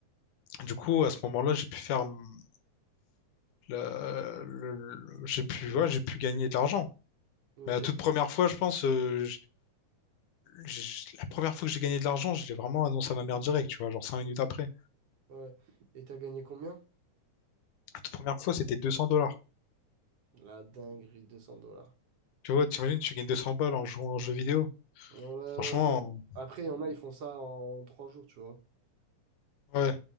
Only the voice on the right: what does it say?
Ok,
ouais. Et t'as gagné combien?
La dinguerie, 200 dollars.
Ouais, ouais,
ouais. Après, il y en a, ils font ça en trois jours, tu vois.